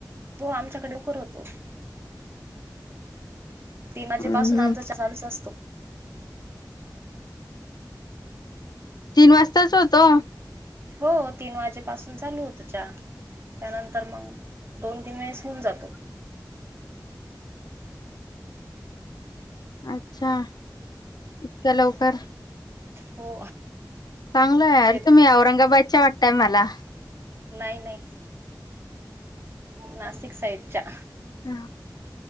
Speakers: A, on the right; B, on the left.
A: हो आमच्याकडे लवकर होतो. तीन वाजेपासून
B: हम्म
A: आमचा चहा चालूच असतो.
B: तीन वाजताच होतो.
A: हो तीन वाजेपासून चालू होतो चहा. त्यानंतर मग दोन तीन वेळेस होऊन जातो.
B: <inaudible> अच्छा इतक्या लवकर,
A: हो
B: चांगलाय हाय
A: शेत
B: तुम्ही औरंगाबादच्या वाटतय मला,
A: नाही नाही नाशिक साईडच्या
B: हा